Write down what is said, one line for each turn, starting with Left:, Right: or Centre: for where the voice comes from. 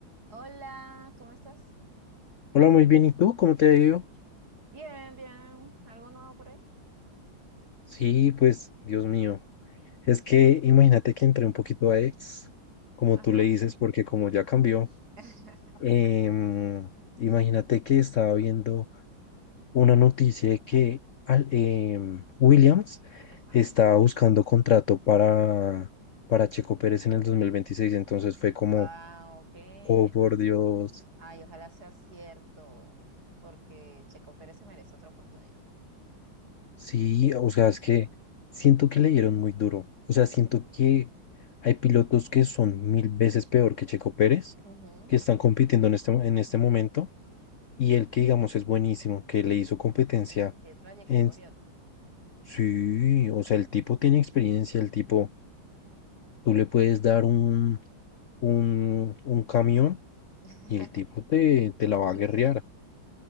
Right: Hola, ¿cómo estás?
Left: Hola, muy bien. ¿Y tú? ¿Cómo te ha ido?
Right: Bien, bien. ¿Algo nuevo por ahí?
Left: Sí, pues, Dios mío. Es que imagínate que entré un poquito a ex, como
Right: Ajá.
Left: tú le dices, porque como ya cambió,
Right: <laughs>
Left: em, imagínate que estaba viendo una noticia de que al- em, Williams
Right: Ajá.
Left: estaba buscando contrato para, para Checo Pérez en el dos mil veintiséis Entonces fue como,
Right: Wow, qué.
Left: oh, por
Right: Ay, sí.
Left: Dios.
Right: Ay, ojalá sea cierto, porque Checo Pérez se merece otra oportunidad.
Left: Sí, o sea, es que siento que le dieron muy duro. O sea, siento que hay pilotos que son mil veces peor que Checo Pérez,
Right: Ujú.
Left: que están compitiendo en este, en este momento, y el que digamos es buenísimo, que le hizo competencia
Right: Claro, Tiene trayectoria.
Left: en...
Right: Ujú.
Left: Sí, o sea, el tipo tiene experiencia, el tipo, tú le puedes dar un, un, un camión
Right: <laughs>
Left: y el tipo te, te
Right: Se
Left: la
Right: lo
Left: va
Right: conduce.
Left: a guerrear.